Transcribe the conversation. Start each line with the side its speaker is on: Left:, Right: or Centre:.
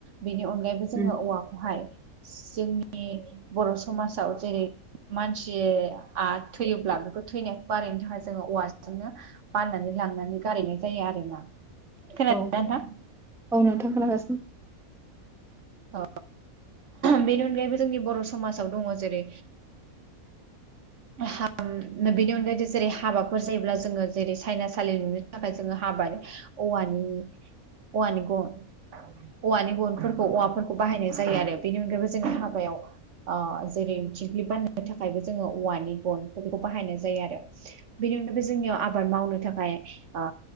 Right: बेनि अनगायैबो जोङो
Centre: उम
Right: औवाखौहाय जोंनि बर' समाजाव जेरै मानसिया थैयोब्ला बेखौ थैनायखौ बानायनो थाखाय जोङो औवाजोंनो फाननानै लांनानै गारहैनाय जायो आरोना। खोनादोंना
Centre: औ
Right: नोंथां?
Centre: औ नोंथां खोनागासिनो
Right: अ बेनि अनगायैबो जोंनि बर' समाजाव दङ जेरै
Centre: <unintelligible>
Right: बेनि अनगायैबो जेरै हाबाफोर जायोब्ला जोङो जेरै साइनासालि नुनो थाखाय जोङो हाबानि औवानि औवानि गन औवानि गनफोरखौ औवाफोरखौ बाहायनाय जायो आरो बेनि अनगायैबो जोंनि हाबायाव जेरै थंख्लिब बाननो थाखायबो जोङो औवानि गनिखौ बेखौ बाहायनाय जायो आरो बेनि अनगायैबो जोंनियाव आबाद मावनो थाखाय ओ